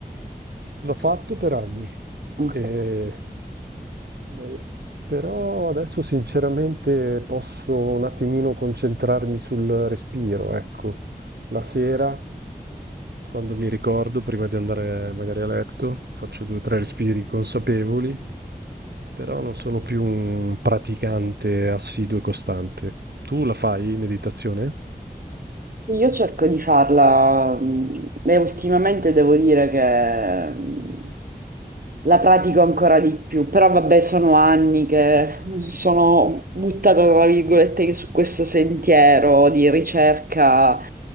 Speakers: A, on the right; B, on the right.
A: L'ho fatto per anni,
B: Ok.
A: e- eh, però adesso sinceramente posso un attimino concentrarmi sul respiro, ecco. La sera, quando mi ricordo, prima di andare magari a letto, faccio due o tre respiri consapevoli però non sono più un praticante assiduo e costante. Tu la fai meditazione?
B: Io cerco di farla mm, e ultimamente devo dire che mm, la pratico ancora di più, però vabbè sono anni che sono buttata tra virgolette su questo sentiero di ricerca